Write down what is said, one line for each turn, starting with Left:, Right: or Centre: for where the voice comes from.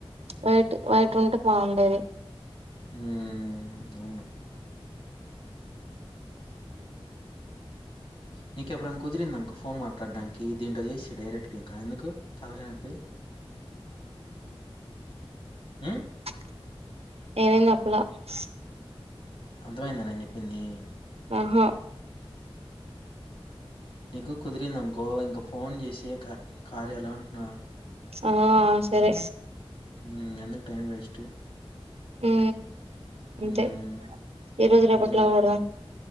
Right: వైట్ వైట్ ఉంటే బాగుండేది
Left: ఉ అవును నీకెప్పుడున్న కుదిరిందనుకో ఫోన్ మా ట్టడ్డానికి దీంట్లో చేసి డైరెట్కి ఇంకా ఎందుకు తలకాయ్ నోప్పి ఉ
Right: <unintelligible>
Left: అర్థమైంద నేను చెప్పింది
Right: ఆహా
Left: నీకు కుదిరిందనుకో ఇంక ఫోన్ చేసే క కర్యాల న్నా
Right: ఆ సరే
Left: హ్మ్. ఎందుకు టైం వేస్టు.
Right: ఉ
Left: హ్మ్.
Right: అంతే ఏ రోజు రెపట్లో
Left: హ్మ్.
Right: ఇపోగొధం